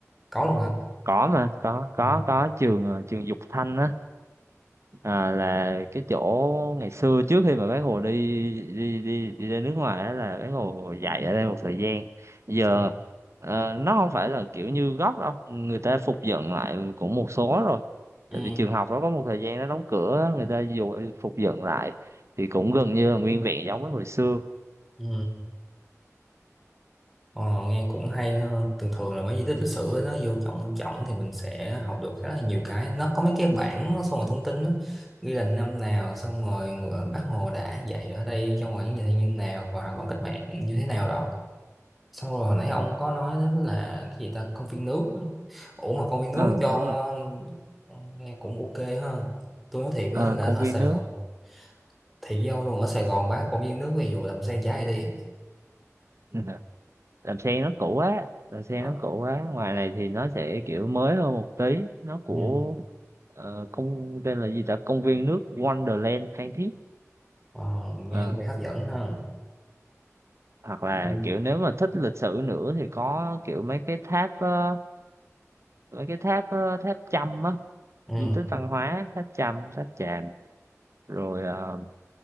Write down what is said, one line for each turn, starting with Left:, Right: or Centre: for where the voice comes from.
Centre: có luôn hả
Right: có mà có có
Centre: Ừ.
Right: có trường ờ, trường Dục Thanh á, à, là cái chỗ ngày xưa trước khi mà bác Hồ đi đi đi đi ra nước ngoài á là bác Hồ dạy ở đây một thời gian giờ
Centre: Ừ.
Right: ờ, nó không phải là kiểu như gốc đâu người ta phục dựng lại cũng một số rồi
Centre: ừ.
Right: tại vì trường học nó có một thời gian nó đóng cửa á, người ta dù phục dựng lại thì cũng gần như là nguyên vẹn giống với hồi xưa
Centre: Ừ. Ờ, nghe cũng hay hơn thường thường là mấy di tích lịch sử ấy, nó vô trong trọng thì mình sẽ học được khá là nhiều cái nó có mấy cái bảng nó xong rồi thông tin đó. ghi là năm nào xong rồi ngựa- Bác Hồ đã dạy ở đây trong ngoài như thế nào và hoạt động cách mạng như thế nào đó xong rồi hồi nãy ông có nói đến là cái gì ta công viên nước ủa mà công viên nước
Right: ờ
Centre: cho
Right: đúng
Centre: ông
Right: rồi
Centre: ờ, nghe cũng ok hơn tôi nói thiệt
Right: ờ
Centre: đó là
Right: công
Centre: ở
Right: viên
Centre: Sài
Right: nước
Centre: Gòn thì với ông luôn ở Sài Gòn bác công viên nước ví dụ làm sen trái đi
Right: Ừ. đầm sen nó cũ quá đầm sen
Centre: Ờ,
Right: nó cũ quá ngoài này thì nó sẽ kiểu mới hơn một tí nó của
Centre: ừ.
Right: ờ, công tên là gì ta công viên nước Wonderland Phan Thiết
Centre: Ờ, nghe
Right: Ờ,
Centre: có vẻ hấp dẫn ha
Right: hoặc là
Centre: ừ
Right: kiểu nếu mà thích lịch sử nữa thì có kiểu mấy cái tháp ờ, mấy cái tháp ờ, tháp Chăm á
Centre: ừ
Right: di tích văn hóa tháp Chăm tháp Chàm rồi ờ,